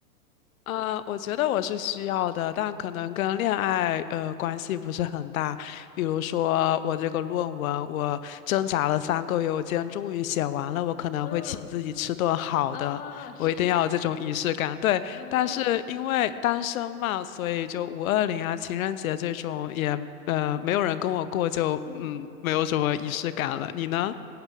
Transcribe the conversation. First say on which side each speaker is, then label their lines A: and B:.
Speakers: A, on the left; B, on the left.
A: 呃，我觉得我是需要的，但可能跟恋爱呃关系不是很大。比如说我这个论文，我挣扎了三个月，我今天终于写完了，我可能会请自己吃顿好的，
B: 嗯，啊，是，
A: 我一定要有这种仪式感。
B: <laughs>
A: 对，
B: 嗯
A: 但是因为单身嘛，所以就五二零啊、情人节这种也呃没有人跟我过就，
B: 嗯。
A: 嗯没有什么仪式感了。你呢？